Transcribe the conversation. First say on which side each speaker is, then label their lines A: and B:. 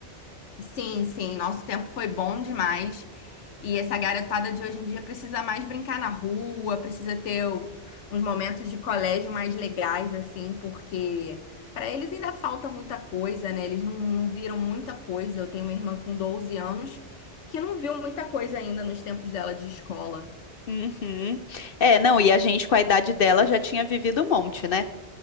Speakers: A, on the left; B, on the left.
A: Sim, sim, nosso tempo foi bom demais. E essa garotada de hoje em dia precisa mais brincar na rua, precisa ter o- uns momentos de colégio mais legais, assim, porque para eles ainda falta muita coisa, né? Eles não, não viram muita coisa. Eu tenho uma irmã com 12 anos que não viu muita coisa ainda nos tempos dela de escola.
B: Uhum. É, não, e a gente com a idade dela já tinha vivido um monte, né?